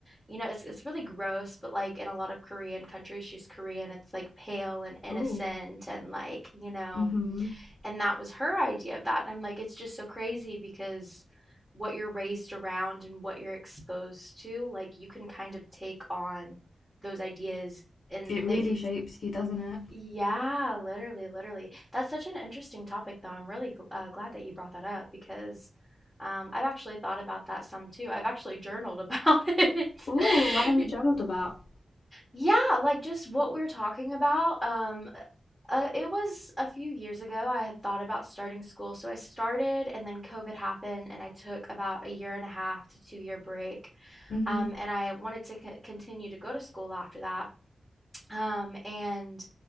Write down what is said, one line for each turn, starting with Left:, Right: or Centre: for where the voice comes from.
Centre: you know, it's it's really gross, but like in a lot of Korean countries, she's Korean, it's like pale and innocent
Left: Oh.
Centre: and like, you know,
Left: Mm-hmm.
Centre: and that was her idea of that. And I'm like, it's just so crazy because what you're raised around and what you're exposed to, like you can kind of take on those ideas and
Left: It really
Centre: they,
Left: shapes you, doesn't it?
Centre: yeah, literally, literally. That's such an interesting topic, though. I'm really gl- uh, glad that you brought that up because um, I've actually thought about that some too. I've actually journaled about <laughs> it.
Left: Ooh, what have you journaled
Centre: <laughs>
Left: about?
Centre: Yeah, like just what we're talking about. Um, uh, it was a few years ago. I had thought about starting school. So I started, and then COVID happened, and I took about a year and a half to two year break.
Left: Mm-hmm.
Centre: Um, and I wanted to co- continue to go to school after that. Um, and